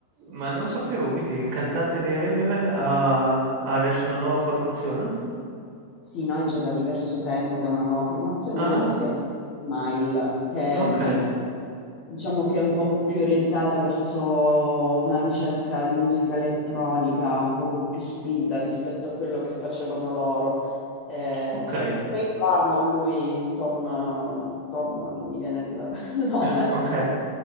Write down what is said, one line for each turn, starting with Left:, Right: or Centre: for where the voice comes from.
Right: ma non sapevo, quindi il cantante dei Radiohead ha, ha adesso una nuova formazione?
Left: Sì, noi già da diverso tempo che è una nuova formazione,
Right: Ah,
Left: loro si chiamano Smile, che
Right: ok,
Left: mh, diciamo che è un poco più orientata verso una ricerca di musica elettronica, un poco più spinta rispetto a quello che facevano loro. Eh,
Right: ok,
Left: siccome io amo a lui, Tom, Tom, non mi viene il <laughs> il nome,
Right: <laughs> ok.